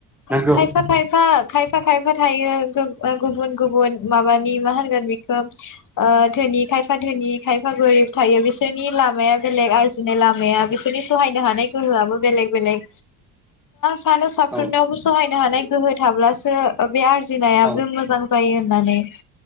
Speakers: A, on the left; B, in the centre.
A: <inaudible>
B: नंगौ
A: खायफा खायफा खायफा खायफा थायो गु-गुबुन गुबुन माबानि मा होनगोन बिखौ ओ धोनि खायफा धोनि खायफा गोरिब थायो बिसोरनि लामाया बेलेग आरजिनाय लामाया बिसोरनि सहायनो हानाय गोहोआबो बेलेग बेलेग सानो साफ्रोमनावबो
B: औ
A: सहाय हानाय गोहो थाब्लासो बे आर जिनायाबो
B: औ
A: मोजां जायो। नानै।